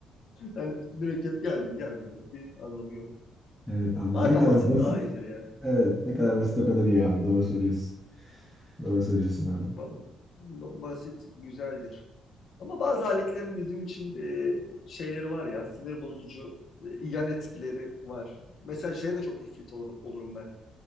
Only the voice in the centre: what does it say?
Evet abi
ne kadar
basit.
Evet ne kadar basit o kadar iyi abi. Doğru söylüyorsun. Doğru söylüyorsun abi.